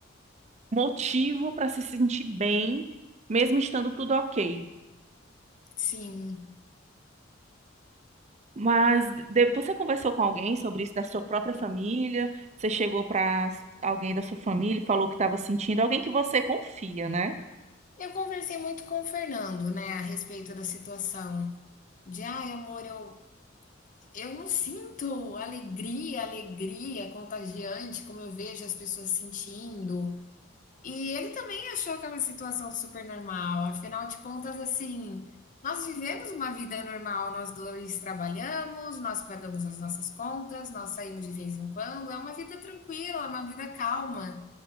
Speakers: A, on the right; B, on the left.
A: um motivo para se sentir bem, mesmo estando tudo ok.
B: Sim.
A: Mas de- você conversou com alguém sobre isso da sua própria família? Você chegou para alguém da sua família e falou que estava sentindo, alguém que você confia, né?
B: Eu conversei muito com o Fernando, né, a respeito da situação. De, ai, amor, eu, eu não sinto alegria, alegria contagiante, como eu vejo as pessoas sentindo. E ele também achou que é uma situação super normal. Afinal de contas, assim, nós vivemos uma vida normal, nós dois trabalhamos, nós pagamos as nossas contas, nós saímos de vez em quando, é uma vida tranquila, é uma vida calma.